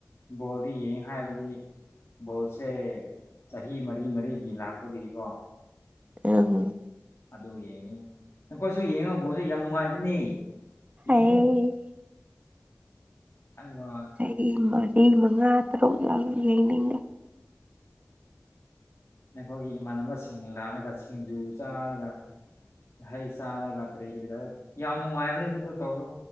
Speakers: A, on the left; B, on the right.
A: ꯕꯣꯜꯗꯤ ꯌꯦꯡꯉꯤ ꯍꯥꯢꯕꯗꯤ ꯕꯣꯜꯁꯦ ꯆꯍꯤ ꯃꯔꯤ ꯃꯔꯤꯒꯤ ꯂꯥꯛꯄꯗꯤꯒꯤꯀꯣ
B: ꯑꯦ ꯑꯗꯨꯅꯤ
A: ꯑꯗꯨ ꯌꯦꯡꯉꯤ ꯅꯪꯈꯣꯢꯁꯨ ꯌꯦꯡꯉꯨ ꯕꯣꯠꯁꯨ ꯌꯥꯝ ꯅꯨꯡꯉꯥꯢꯕꯅꯦ
B: ꯍꯩ
A: ꯌꯦꯡꯉꯨ ꯍꯜ ꯋꯥ
B: ꯆꯍꯤ ꯃꯔꯤ ꯃꯉꯥ ꯇꯔꯨꯛ ꯌꯥꯎ ꯌꯥꯡꯅꯤꯡꯉꯦ
A: ꯅꯈꯣꯢꯒꯤ ꯏꯃꯥꯟꯅꯕꯁꯤꯡ ꯂꯥꯛꯂꯒ ꯁꯤꯡꯖꯨ ꯆꯥꯔꯒ ꯍꯩ ꯆꯥꯔꯒ ꯀꯔꯤ ꯀꯔꯤ ꯌꯥꯝ ꯅꯨꯡꯉꯥꯢꯕꯅꯦ ꯑꯗꯨꯗꯣ ꯇꯧꯔꯣ